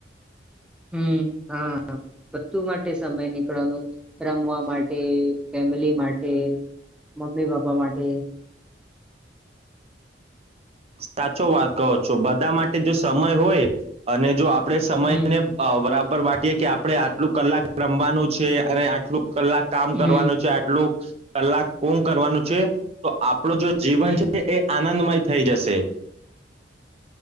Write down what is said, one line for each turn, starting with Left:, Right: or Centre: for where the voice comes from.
Centre: હમ હા બધું માટે સમય નીકળવાનું રમવા માટે ફેમિલી માટે મમ્મી પપ્પા માટે
Right: સાચો વાત કો છો બધા માટે જો સમય હોય અને જો આપ આપણે સમયને
Centre: હમ
Right: બરાબર પર વાટીએ કે આપણે આટલું કલાક રમવાનું છે અને આટલું કલાક કામ કરવાનું
Centre: હમ
Right: છે આટલું કલાક કોણ કરવાનું છે તો આપ આપડ જો જીવન
Centre: હમ
Right: છે એ નંદ થઈ જ છે તે